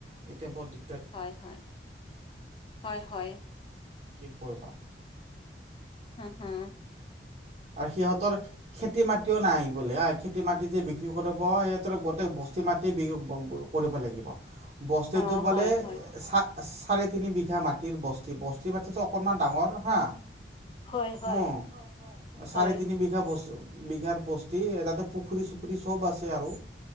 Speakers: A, on the right; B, on the left.
A: এতিয়া ব দি
B: হয়, হয়। হয়, হয়।
A: কি কৰিবা।
B: হু, হু।
A: আৰু সিহঁতৰ খেতি মাতিও নাই বোলে। খেতি মাটি যে বিক্ৰী কৰিব সিহঁতৰ গোটেই বস্তি মাটি বিক্ৰী বি। <unintelligible> কৰিব লাগিব, বস্তুটো
B: অ',
A: পালে
B: হয়, হয়।
A: চা চাৰে তিনি বিঘা মাটিৰ বস্তি, বস্তি মাটিটো অকনমান ডাঙৰ হা।
B: হয়। হয়।
A: উম চাৰে
B: হয়,
A: তিনি বিঘা বছ, বিঘাৰ বস্তি তাতে পুখুৰী চুখুৰী চব আছে আৰু।